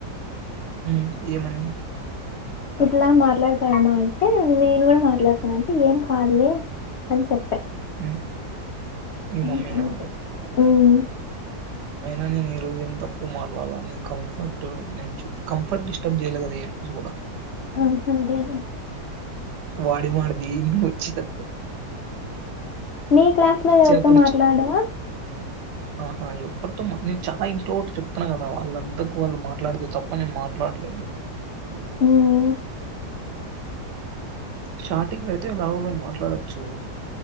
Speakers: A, on the right; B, on the left.
A: హ ఏమని
B: ఇట్లా మాట్లాడతాారమ్మా అంటే నేను కూడా మాట్లాడతానంటే ఏం కాదులే అని చెప్పా
A: ఈ మీ మమ్మీ
B: ఇంక అంతే
A: నా
B: మ్మ్
A: అయినా నేను ఈ రోజు ఏం తప్పు మార్లవా నీ కంఫర్ట్ ను కంఫర్ట్ డిస్టర్బ్ చేయ్యలే కదా కూడా
B: ఆ లేేదులే
A: వాడి మడ్ది వచ్చి తప్ప
B: మీ క్లాస్ లో ఎవరితో
A: అప్పుడు
B: మాట్లాడవా
A: చ్ ఆహా ఎవరితో నేను చాలా ఇంట్లో ఒకటి చెప్తున్నాను కదా వాళ్ళంతకు వాళ్ళు మాట్లాడితే తప్ప నేను మాట్లా మాట్లా
B: ఊమ్
A: స్టార్టింగ్ లో అయితే లవులో మాట్లాడచ్చు